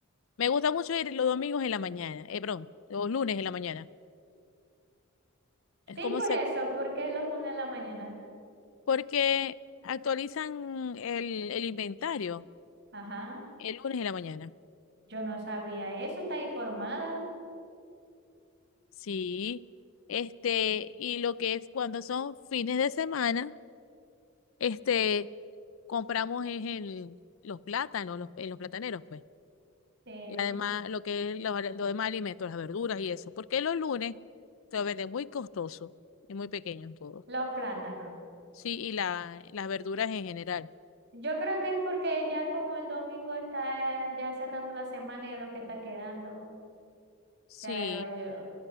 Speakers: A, on the left; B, on the right.
A: Me gusta mucho ir los domingos en la mañana, eh, perdón, los lunes en la mañana. Es
B: Sí,
A: como
B: por
A: se,
B: eso, porque es los lunes en la mañana.
A: porque actualizan el, el inventario
B: Ajá.
A: el lunes en la mañana.
B: Yo no sabía eso, está informada
A: Sí. Este, y lo que es cuando son fines de semana, este, compramos es el, los plátanos, los, en los plataneros, pues.
B: de
A: Y además, lo que es lo, lo demás alimentos, las verduras y eso. Porque los lunes te lo venden muy costoso y muy pequeño todo.
B: los plátanos.
A: Sí, y la, las verduras en general.
B: Yo creo que es porque ya como el domingo está ya cerrando la semana y es lo que está quedando,
A: Sí,
B: creo yo.